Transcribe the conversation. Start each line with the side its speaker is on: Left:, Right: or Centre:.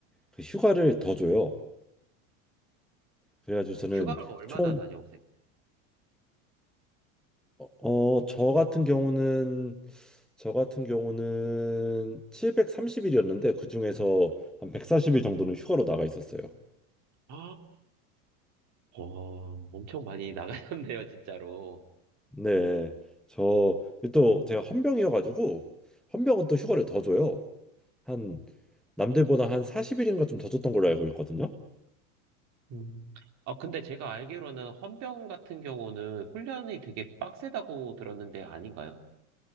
Centre: 그 휴가를 더 줘요. 그래가지고 저는
Right: 휴가를 얼마나
Centre: 총
Right: 다녀오세요?
Centre: 어, 저 같은 경우는 저 같은 경우는 730일이었는데 그중에서 한 140일 정도는 휴가로 나가 있었어요.
Right: 아, 어, 엄청 많이 나가셨네요, 진짜로.
Centre: 네. 저 또 제가 헌병이어 가지고 헌병은 또 휴가를 더 줘요. 한 남들보다 한 40일인가 좀 더 줬던 걸로 알고 있거든요.
Right: 음. 아, 근데 제가 알기로는 헌병 같은 경우는 훈련이 되게 빡세다고 들었는데 아닌가요?